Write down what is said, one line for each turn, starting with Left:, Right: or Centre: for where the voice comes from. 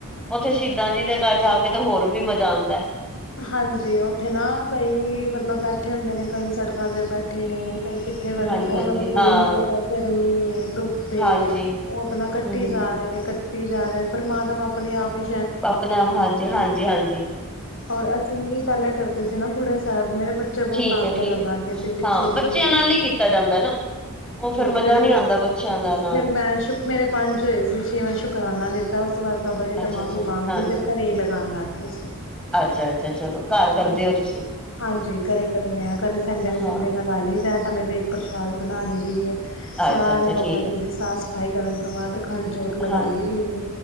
Centre: ਉੱਥੇ ਸ਼ਹੀਦਾਂ ਜੀ ਦੇ ਘਰ ਜਾ ਕੇ ਤੇ ਹੋਰ ਵੀ ਮਜ਼ਾ ਆਦਾਂ ਐ।
Left: ਹਾਂਜੀ, ਉੱਥੇ ਨਾ ਕਈ ਮਤਲਬ ਬੈਠੇ ਹੁੰਦੇ ਨੇ ਕਈ ਸੜਕਾਂ ਤੇ ਬੈਠੇ ਨੇ ਕਈ ਉੱਥੇ ਬੈਠੇ
Centre: ਹਾਂਜੀ-ਹਾਂਜੀ
Left: ਨੇ, ਉਨਾਂ ਨੂੰ ਕੋਈ
Centre: ਹਾਂ
Left: ਨੀ ਪਤਾ ਗਰਮੀ ਏ ਧੁੱਪ ਐ।
Centre: ਹਾਂਜੀ
Left: ਓ ਆਪਣਾ ਕੱਟੀ
Centre: ਹਮ
Left: ਜਾ ਰਹੇ ਨੇ, ਕੱਟੀ ਜਾ ਰਹੇ ਨੇ, ਪਰਮਾਤਮਾ ਆਪਣੇ ਆਪ ਈ
Centre: ਆਪਨੇ ਆਪ, ਹਾਂਜੀ ਹਾਂਜੀ ਹਾਂਜੀ
Left: ਔਰ ਅਸੀਂ ਵੀ ਪੈਲੇ ਕਰਦੇ ਸੀ, ਨਾ ਬੁੜੀਆ ਸਾਹਿਬ ਮੇਰੇ ਬੱਚੇ ਬੋਤ
Centre: ਠੀਕ
Left: ਤੰਗ
Centre: ਹੈ-ਠੀਕ
Left: ਕਰਨ
Centre: ਹੈ।
Left: ਲਾਗ ਗਏ ਸੀ ਪਿੱਛੇ
Centre: ਹਾਂ
Left: ਜੇਈ।
Centre: ਬੱਚਿਆਂ ਨਾਲ ਨੀ ਕੀਤਾ ਜਾਂਦਾ ਨਾ ਉਹ ਫੇਰ ਮਜ਼ਾ
Left: ਫਿਰ
Centre: ਨਹੀਂ ਆਉਂਦਾ ਬੱਚਿਆਂ ਦਾ
Left: ਫਿਰ
Centre: ਨਾਲ
Left: ਮੈਂ ਸ਼ੁਕ, ਮੇਰੇ ਪੰਜ ਹੋਏ ਸੀ, ਛੇ ਮੈਂ ਸ਼ੁਕਰਾਨਾ ਦਿੱਤਾ। ਤਾਂ ਉਸ ਤੋਂ ਬਾਦ ਬਾਬਾ ਜੀ
Centre: ਅੱਛਾ-ਅੱਛਾ,
Left: ਤੋਂ ਮਾਫ਼ੀ ਮੰਗਲੀ,
Centre: ਹਾਂਜੀ,
Left: ਫਿਰ ਘਰੇ ਈ ਲਗਾਣ ਲਾਗੇ ਅਸੀਂ।
Centre: ਅੱਛਾ-ਅੱਛਾ, ਚਲੋ। ਘਰ ਕਰਦੇ
Left: ਹਾਂ
Centre: ਹੋ ਤੁਸੀਂ?
Left: ਹਾਂਜੀ, ਘਰੇ ਕਰਨੇ ਆ, ਘਰੇ ਸੰਡੇ ਦੀ
Centre: ਹਾਂ,
Left: ਸੰਡੇ ਲਾ ਲਈਦਾ ਪੈਲੇ ਦੇਗ ਪ੍ਰਸ਼ਾਦ ਬਣਾ ਲਈ ਦੀ ਐ ਸਾਰੇ
Centre: ਅੱਛਾ-ਅੱਛਾ
Left: ਬਾਬਾ
Centre: ਠੀਕ ਹੈ,
Left: ਜੀ ਦੇ ਸਾਫ਼-ਸਫ਼ਾਈ ਕਰਨ ਤੋਂ ਬਾਦ, ਅਖੰਡ ਜੋਤ ਲਗਾ
Centre: ਹਾਂਜੀ।
Left: ਲਈ ਦੀ ਐ।